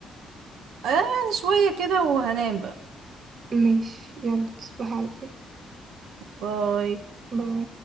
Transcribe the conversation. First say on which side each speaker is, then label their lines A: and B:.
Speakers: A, on the right; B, on the right.
A: آه يعني شوية كده وهنام بقى
B: ماشي يلا تصبحي على خير
A: باي
B: باي